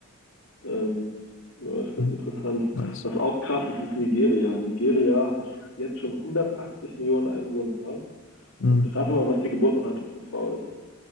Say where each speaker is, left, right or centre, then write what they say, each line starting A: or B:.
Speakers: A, on the left; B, on the left.
A: Ähm, ja, das ist ganz
B: Hm,
A: interessant.
B: nice.
A: Was auch krass ist, ist Nigeria. Nigeria hat jetzt schon 180 Millionen Einwohner.
B: Hm.
A: Und rate mal, was die Geburtenrate pro Frau ist.